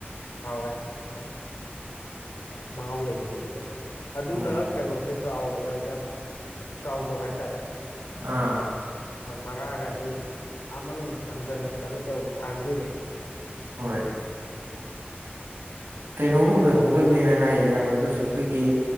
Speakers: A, on the left; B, on the right.
A: ꯍꯥꯎꯋꯦ ꯍꯥꯎꯗꯤ ꯃꯍꯥꯎ ꯂꯩꯔꯤꯅꯦ ꯑꯗꯨꯁꯨ ꯑꯗꯨꯅ
B: ꯑꯣ
A: ꯀꯩꯅꯣꯁꯦ ꯆꯥꯎ ꯑ ꯌꯥꯝ ꯆꯥꯎꯗꯕ ꯍꯥꯏꯇꯥꯔꯦ
B: ꯑꯥ
A: ꯃꯔꯥꯒꯗꯤꯥ ꯃꯅꯨꯡꯨꯛ ꯍꯟꯖꯟꯅ ꯀꯩꯅꯣ ꯇꯧ ꯁꯥꯟꯗꯣꯏꯅꯤ
B: ꯍꯣꯏ ꯀꯩꯅꯣꯒꯨꯝꯕꯗ ꯍꯧꯒꯜꯂꯦꯅ ꯍꯥꯏꯌꯦ ꯑꯌꯥꯝꯕ ꯑꯗꯨꯁꯦ ꯑꯩꯈꯣꯏꯒꯤ